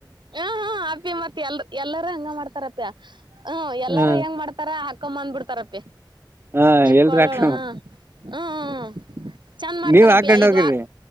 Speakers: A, on the right; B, on the right.
A: ಹ್ಮ ಹಾ ಅಪ್ಪಿ ಮತ್ತ ಎಲ್ ಎಲ್ಲಾರೂ ಹಂಗ ಮಾಡ್ತಾರ ಅಪ್ಪ್ಯ ಹ್ಮ ಎಲ್ಲಾರು
B: ಹ
A: ಹೆಂಗ ಮಾಡ್ತಾರ. ಕೋಮಂದ ಬಿಡ್ತಾರಪ್ಪಿ.
B: ಹ ಎಲ್ರು
A: ಕೊಳ್ಳೋಳ
B: ಹಾಕ
A: ಹ್ಮ ಹ್ಮ್ ಹ್ಮ್ ಚಂದ ಮಾಡ್ತಾರಪ್ಪಿ
B: ನೀವ್ ಹಾಕೊಂಡ್
A: ಐದ್
B: ಹೋಗಿರಿ
A: ವಾರ್.